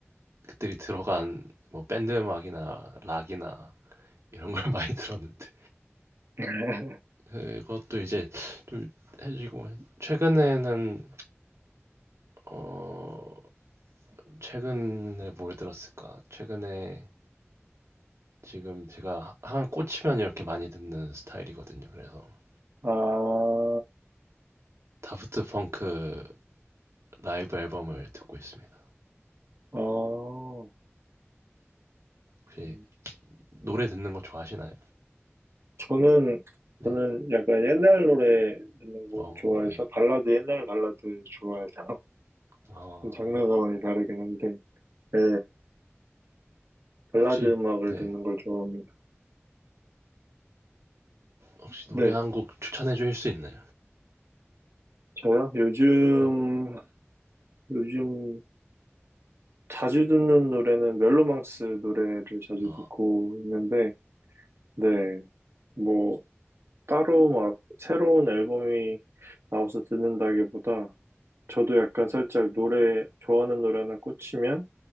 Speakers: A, on the right; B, on the right.
A: 그들이 들어간 뭐 밴드 음악이나 락이나 이런 걸 <laughs> 많이 들었는데
B: <laughs>
A: 그것도 이제 좀 해지고 최근에는 어 최근에 뭘 들었을까? 최근에 지금 제가 한 꽂히면 이렇게 많이 듣는 스타일이거든요. 그래서
B: 아,
A: 다프트 펑크 라이브 앨범을 듣고 있습니다.
B: 아.
A: 혹시
B: 음.
A: 노래 듣는 거 좋아하시나요?
B: 저는,
A: 네.
B: 저는 약간 옛날 노래 듣는 거
A: 어,
B: 좋아해서,
A: 네.
B: 발라드, 옛날 발라드 좋아해서, <laughs>
A: 어,
B: 좀 장르가 많이 다르긴 한데, 네. 발라드
A: 혹시
B: 음악을
A: 네.
B: 듣는 걸 좋아합니다.
A: 혹시 노래
B: 네.
A: 한 곡 추천해 주실 수 있나요?
B: 저요? 요즘,
A: 네.
B: 요즘 자주 듣는 노래는 멜로망스 노래를 자주
A: 아,
B: 듣고 있는데, 네. 뭐, 따로 막 새로운 앨범이 나와서 듣는다기보다 저도 약간 살짝 노래, 좋아하는 노래 하나 꽂히면